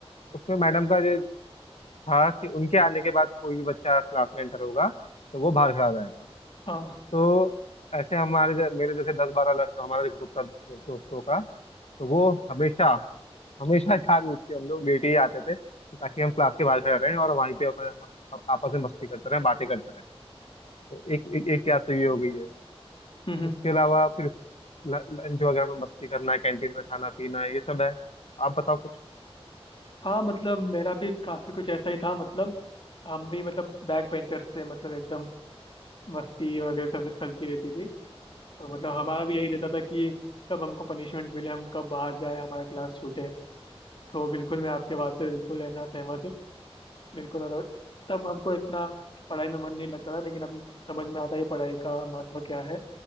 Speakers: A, on the left (about 80°); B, on the left (about 55°).
A: उसमें मैडम का जो था कि उनके आने के बाद कोई भी बच्चा क्लास में एंटर होगा तो वो बाहर खड़ा रहेगा
B: हाँ
A: तो ऐसे हमारे ज- मेरे जैसे दस बारह लड़- जो हमारा ग्रुप था दोस्तों का तो वो हमेशा हमेशा जानबूझ के हम लोग लेट ही आते थे ताकि हम क्लास के बाहर खड़े रहें और वहीं पे अपने आप- आपस में मस्ती करते रहें बातें करते रहें तो एक एक, एक याद तो ये हो गई है
B: हम्म हम्म।
A: उसके अलावा फिर ल- लंच वगैरह में मस्ती करना कैंटीन में खाना पीना ये सब है आप बताओ
B: हाँ मतलब मेरा भी काफी कुछ ऐसा ही था मतलब हम भी मतलब बैक बेंचर्स थे मतलब एकदम मस्ती वगैरह सब चलती रहती थी तो मतलब हमारा भी यही रहता था कि कब हमको पनिशमेंट मिले हम कब बाहर जाए हमारा क्लास छूटे तो बिल्कुल मैं आपके बात से बिल्कुल है ना सहमत हूँ बिल्कुल मतलब तब हमको इतना पढ़ाई में मन नहीं लगता था लेकिन अभी समझ में आता है पढ़ाई का महत्व क्या है